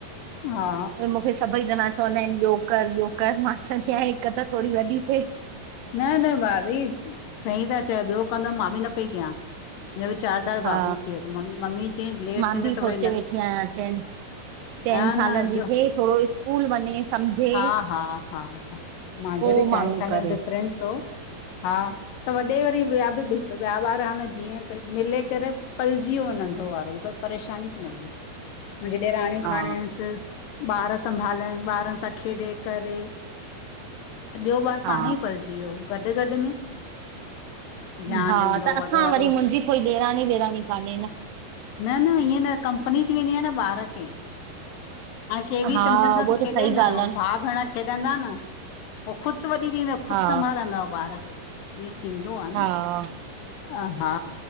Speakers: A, on the left (about 75°); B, on the right (about 80°).
A: हा
B: आ, मूंखे। सभई ॼणा चवंदा आहिनि ॿियो कर ॿियो कर मां चवदी आं हिक त थोरी वॾी थे।
A: न न, भाभी सही ता चयो ॿियो कंदमि मां बि न पई कयां। मुंहिंजो बि चारि साल
B: हा
A: बाबू थी वियो त म मम्मी चई लेट
B: मां
A: थींदो
B: बि
A: त
B: सोचे
A: वरी न
B: वेठी आहियां चइनि चइनि
A: न
B: सालनि
A: न,
B: जी थिए थोरो स्कूल वञे सम्झे
A: हा हा हा हा। मांजे
B: पोइ
A: बि
B: माण्हू
A: चई साल
B: करे
A: जो डिफरेंस हो हा। त वॾे वरी ॿिया बि ॿिया ॿार हा न जीअं त मिले करे पलजी वियो नंढो वारो। परेशानी च न वई। मुंहिंजी ॾेराणियूं
B: हा
A: खणेयसि, ॿार संभालनि ॿारनि सां खेॾे करे त ॿियो ॿारु
B: हा
A: पाणे ई पलजी वियो गॾिगॾि में ध्यानु
B: हा!
A: ॾींदो
B: त
A: वॾो
B: असां
A: वारो
B: वरी मुंहिंजी कोई ॾेराणी वेराणी कान्हे न।
A: न, न इअं न कंपनी थी वेंदी आ न ॿारु खे। हाण केवी
B: हा
A: चमचनि सां
B: उहो
A: ती खेॾे
B: त सही
A: न, हू
B: ॻाल्हि आहे
A: भाउ-भेण खेॾंदा न, हो ख़ुदिसि वॾी थी त ख़ुदि
B: हा
A: संभालंदव ॿारु खे। ईअं थींदो आ न
B: हा
A: अ हा